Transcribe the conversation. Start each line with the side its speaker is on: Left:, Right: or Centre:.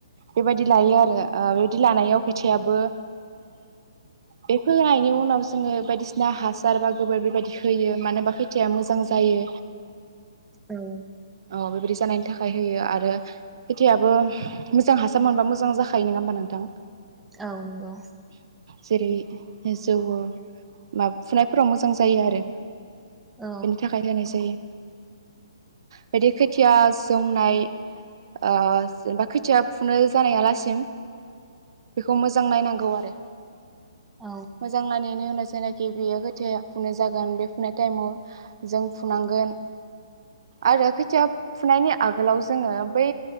Right: बेबायदि लायोआरो ओ बेबायदि लानायाव बिथायाबो बे फोनायनि उनाव जोङो बायदिसिना हासार बा गोबोर बेबायदि होयो मानो होनबा खैथाया मोजां जायो
Centre: औ
Right: अ बेबायदि जानायनि थाखाय होयो आरो खोथियाबो मोजां हासार मोनबा मोजां जाखायो नङा होमबा नोंथां
Centre: औ नोंगौ
Right: जेरै जौवो माब फुनायफोराव मोजां जायो आरो।
Centre: औ
Right: बेनि थाखाय होनाय जायो। बायदि खोथिया स जौनाय ओ जेनबा खोथिया फुनो जानायालासिम बेखौ मोजां नायनां गौ आरो
Centre: औ
Right: मोजां नायनायनि उनाव जायनाखि बेयो खोथाया फुनाय जागोन बे फुननाय टाइमाव जों फुनांगोन आरो खो थिया फुनायनि आगोलाव जोङो बै